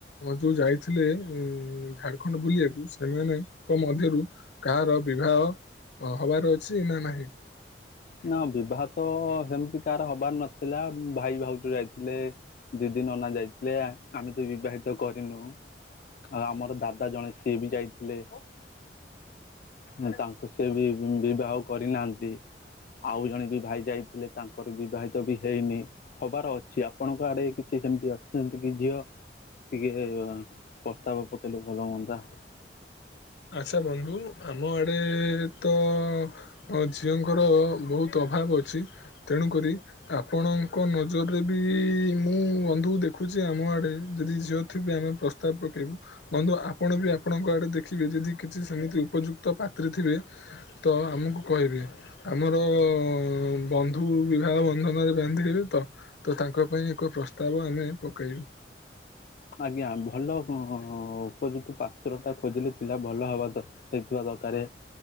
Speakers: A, on the left (about 75°); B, on the left (about 50°).
A: ଯୋଉ ଯାଇଥିଲେ, ଉମ୍ ଝାଡଖଣ୍ଡ ବୁଲିଆକୁ ସେମାନେଙ୍କ ମଧ୍ୟରୁ କାହାର ବିବାହ ହବାର ଅଛି ନା ନାହିଁ?
B: ନା, ବିବାହ ତ ସେମତି କାହାର ହବାର ନଥିଲା, ଭାଇ ଭାଉଜ ଯାଇଥିଲେ ଦିଦି, ନନା ଯାଇଥିଲେ, ଆମେ ତ ବିବାହିତ କରିନୁ ଆଉ ଆମର ଦାଦା ଜଣେ, ସିଏ ବି ଯାଇଥିଲେ ଆ ତାଙ୍କୁ ସେ ବି ବିବାହ କରିନାହାଁନ୍ତି ଆଉ ଜଣେ ବି ଭାଇ ଯାଇଥିଲେ, ତାଙ୍କର ବିବାହିତ ବି ହେଇନି ହବାର ଅଛି। ଆପଣଙ୍କ ଆଡେ କିଛି ସେମତି ଅଛନ୍ତି କି ଝିଅ? ଟିକେ ପ୍ରସ୍ତାବ ପକେଇଲେ ଭଲ ହୁଅନ୍ତା।
A: ଆଚ୍ଛା ବନ୍ଧୁ, ଆମ ଆଡ଼େ ତ ଅ ଝିଅଙ୍କର ବହୁତ ଅଭାବ ଅଛି, ତେଣୁକରି ଆପଣଙ୍କ ନଜରରେ ବି ମୁଁ ବନ୍ଧୁ ଦେଖୁଛି ଆମ ଆଡେ ଯଦି ଝିଅ ଥିବେ, ଆମେ ପ୍ରସ୍ତ ସ୍ତାବ ପକେଇବୁ। ବନ୍ଧୁ ଆପଣ ବି ଆପଣଙ୍କ ଆଡେ ଦେଖ ଦେଖିବେ, ଯଦି କିଛି ସେମିତି ଉପଯୁକ୍ତ ପାତ୍ରୀ ଥିବେ, ତ ଆମକୁ କହିବେ। ଆମର ଅ ବନ୍ଧୁ ନ୍ଧୁ ବିବାହ ବନ୍ଧନରେ ବାନ୍ଧିହେବେ ତ, ତ ତାଙ୍କ ପାଇଁ ଏକ ପ୍ରସ୍ତାବ ଆମେ ପକାଇବୁ।
B: ଆଜ୍ଞା। ଭଲ ହ-ହ-ହ-ହ ଉପଯୁକ୍ତ ପାତ୍ରଟା ଖୋଜିଲେ ପିଲା ଭଲ ହବା ଦର ହେଇଥିବା ଦରକାରେ,